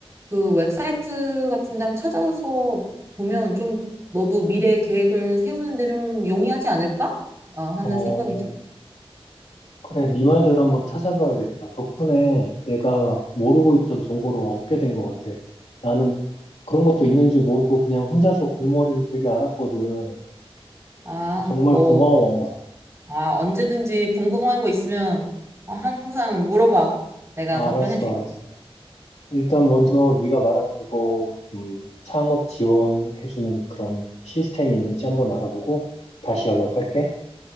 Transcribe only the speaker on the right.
그 웹사이트 같은 데 한번 찾아서 보면 좀 너도 미래 계획을 세우는데 좀 용이하지 않을까? 아, 하는
생각이 들.
아,
너
아, 언제든지 궁금한 거 있으면 어, 항상 물어봐. 내가
답변해 줄게.
어,